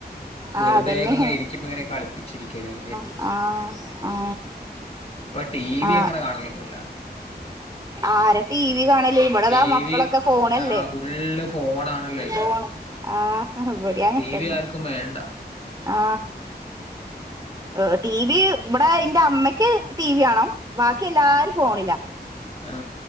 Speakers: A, on the right (about 20°); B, on the left (about 35°).
A: ആഹ്
B: വെറുതേക്കെങ്ങനെ
A: അതന്നെ
B: ഇരിക്കുമ്പങ്ങനെ കളിപ്പിച്ചിരിക്കല്ലോ
A: ആ ആ
B: ഇപ്പൊ ടി വി
A: ആ
B: അങ്ങനെ കാണലൊന്നുല്ല
A: ആര ടീ - വി കാണല് ഇവിടെതാ
B: ടി
A: മക്കളൊക്കെ
B: വി
A: ഫോണല്ലേ
B: ആഹ് ഫുള്ള് ഫോണാണല്ലോ എല്ലാർക്കും
A: ഫോണ് ആ ബടിയങ്ങൻ
B: ടി
A: തന്നെ
B: വി ആർക്കും വേണ്ട
A: ആ ഹ് ടി വി ഇവടെ എന്റെ അമ്മയ്ക്ക് ടി വി കാണും ബാക്കി എല്ലാരും ഫോണില
B: അ ആ